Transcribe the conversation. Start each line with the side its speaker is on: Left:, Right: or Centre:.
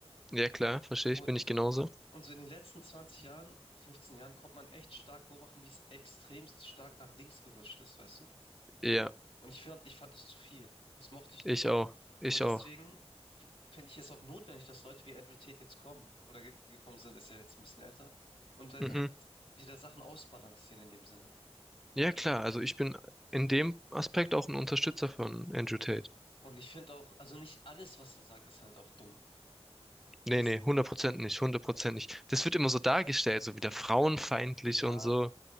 Centre: Ja, klar,
Left: Und,
Centre: verstehe ich,
Left: und
Centre: bin ich genauso.
Left: und so in den letzten 20 Jahren, 15 Jahren, konnte man echt stark beobachten, wie es extremst stark nach links gerutscht ist, weißt du?
Centre: Ja,
Left: Und ich fand, ich fand es zu viel. Das mochte ich
Centre: ich
Left: nicht.
Centre: auch. Ich
Left: Und deswegen
Centre: auch.
Left: f- finde ich es auch notwendig, dass Leute wie Andrew Tate jetzt kommen oder ge gekommen sind, ist ja jetzt ein bisschen älter, und da
Centre: Mhm.
Left: halt wieder Sachen ausbalancieren in dem Sinne.
Centre: Ja, klar. Also ich bin in dem Aspekt auch ein Unterstützer von Andrew Tate.
Left: Und ich finde auch, also nicht alles, was er sagt, ist halt auch dumm.
Centre: Nee,
Left: Das,
Centre: nee, 100% nicht, 100% nicht. Das wird immer so dargestellt, so wieder frauenfeindlich
Left: ja,
Centre: und so.